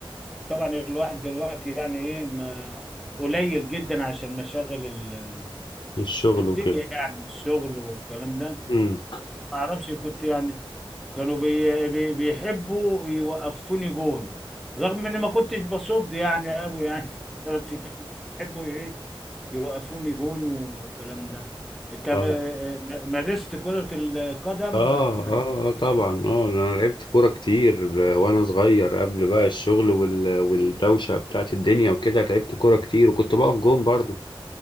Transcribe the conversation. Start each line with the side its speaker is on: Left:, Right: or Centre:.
Centre: وطبعا الواحد دلوقتي يعني ايه ما قليل جدا عشان مشاغل ال-
Left: في الشغل
Centre: الدنيا
Left: وكده
Centre: يعني الشغل والكلام ده
Left: مم.
Centre: بس ما اعرفش كنت يعني كانوا بي... بي... بيحبوا يوقفوني جون رغم اني ما كنتش بصد يعني قوي يعني <laughs> بس كانوا بيحبوا إيه يوقفوني جون والكلام ده انت ب-
Left: اه
Centre: مارست كرة القدم
Left: اه
Centre: في
Left: اه
Centre: اي
Left: آه، طبعا
Centre: نادي ولا
Left: اه انا لعبت كورة كتير آه، وانا صغير قبل بقى الشغل وال... والدوشة بتاعت الدنيا وكده لعبت كورة كتير وكنت بقف جون برضو